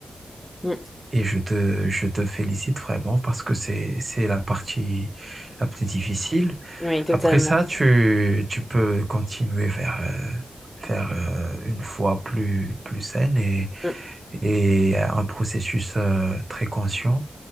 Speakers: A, in the centre; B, on the right.
A: mm.
B: et je te, je te félicite vraiment parce que c'est, c'est la partie la plus difficile.
A: Oui, totalement.
B: Après ça, tu, tu peux continuer vers, euh, vers euh, une foi plus, plus saine et,
A: Mm.
B: et un processus euh, très conscient